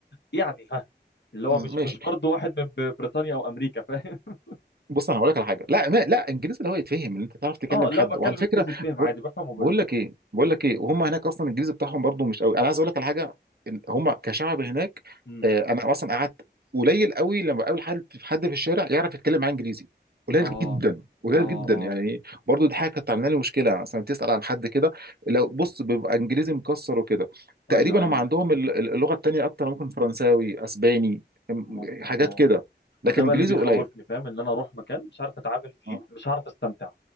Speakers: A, on the left; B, on the right.
A: يعني ها اللي
B: مم،
A: هو مش
B: ماشي
A: مش برضه واحد من ب- بريطانيا او امريكا فاهم <laughs>
B: بص انا هقول لك على حاجه لا ما لا انجليزي اللي هو يتفهم اللي انت تعرف تكلم
A: اه لا
B: حد
A: بتكلم
B: وعلى فكره
A: انجليزي يتفهم
B: بقول
A: عادي بفهم وبتفهم
B: بقول لك ايه بقول لك ايه وهم هناك اصلا الانجليزي بتاعهم برضو مش قوي انا عايز اقول لك على حاجه ال- هم كشعب هناك
A: امم
B: آه، انا اصلا قعدت قليل قوي لما بقابل حد في حد في الشارع يعرف يتكلم معاه انجليزي قليل
A: اه
B: جدا قليل
A: اه
B: جدا
A: اه
B: يعني برضو دي حاجه كانت عامله لي مشكله مثلا تسال عن حد كده لو بص بيبقى انجليزي مكسر وكده تقريبا
A: ايوه ايوه
B: هم عندهم ال- ال- اللغه التانيه اكتر ممكن فرنساوي اسباني م-
A: ممكن
B: حاجات
A: اه
B: كده
A: ما
B: لكن
A: ده بقى
B: انجليزي
A: اللي بيخوفني
B: قليل
A: فاهم ان انا اروح مكان مش عارف اتعامل فيه
B: آه.
A: مش عارف استمتع